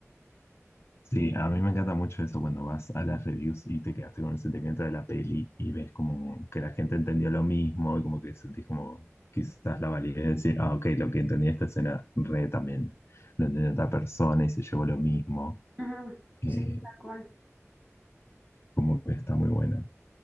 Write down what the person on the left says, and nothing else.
Sí, a mí me encanta mucho eso cuando vas a las reviews y te quedaste con el sentimiento de la peli y ves como que la gente entendió lo mismo y como que sentís como quizás la validez de decir, ah, ok, lo que entendí de esta escena re también lo entendió otra persona y se llevó lo mismo.
Eh,
como que está muy buena.